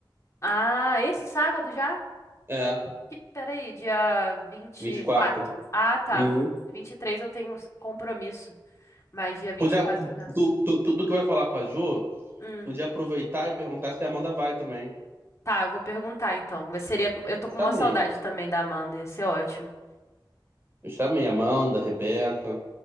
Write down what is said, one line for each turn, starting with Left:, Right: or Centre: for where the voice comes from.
Left: Ah, esse sábado já?
Right: É.
Left: Que- Peraí, dia vinte
Right: 24.
Left: e quatro. Ah, tá.
Right: Uhum.
Left: vinte e três eu tenho compromisso, mas dia vinte
Right: Podia,
Left: e quatro
Right: tu,
Left: dá.
Right: tu, tudo que eu ia falar com a Jo,
Left: Hum,
Right: podia aproveitar e perguntar se a Amanda vai também.
Left: tá, eu vou perguntar então. Seria, eu tô
Right: Eu
Left: com
Right: chamei.
Left: uma saudade também da Amanda, ia ser ótimo.
Right: Eu chamei a Amanda, a Rebeca.